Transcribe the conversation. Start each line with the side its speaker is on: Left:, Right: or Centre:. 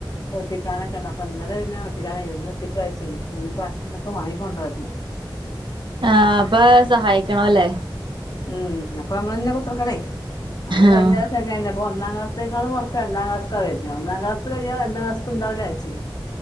Left: ഒട്ടിക്കാനൊക്കെണ്ട് അപ്പൊ ഇന്നലെ പിന്നെ ഓട്ടിക്കാനൻ ഒന്ന് ഒട്ടിക്കയച്ചി ഇനിപ്പശന്നൊക്കെ വാങ്ങിക്കൊണ്ടോര്ണം
Right: ആ അപ്പൊ സഹായിക്കണം അല്ലേ
Left: ഉം അപ്പൊ നമ്മളന്നെ കുത്രക്കണേ കഴിഞ്ഞ
Right: ആഹ്
Left: പ്രാവിശ്യം അങ്ങനെന്നെ അപ്പ ഒന്നാംക്ലാസ്സ്‌ത്തേക്കാളും വർക്ക് രണ്ടാംക്ലാസ്സ്‌ക്കാ വര്ന്നേ ഒന്നാംക്ലാസ്സ്ത്ത് കഴിഞ്ഞാ രണ്ടാംക്ലസ്ക്ക്ണ്ടാവൂല്ല വിചാരിച്ചിനി